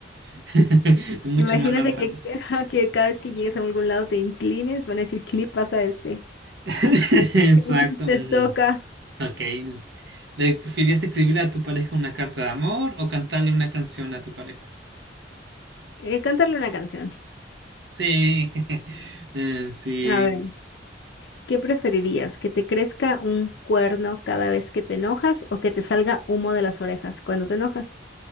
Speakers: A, on the right (about 65°); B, on the left (about 60°).
A: <laughs> es mucho
B: Imagínate
A: más normal.
B: que, <laughs> que cada vez que llegues a algún lado te inclines, van a decir, clip pasa este.
A: <laughs> Exacto.
B: <laughs>
A: ujú.
B: Te toca
A: Ok. ¿Le preferirías escribirle a tu pareja una carta de amor o cantarle una canción a tu pareja?
B: eh, cantarle una canción.
A: Sí, <laughs> Eh, sí,
B: A ver, ¿qué preferirías? ¿Que te crezca un cuerno cada vez que te enojas o que te salga humo de las orejas cuando te enojas?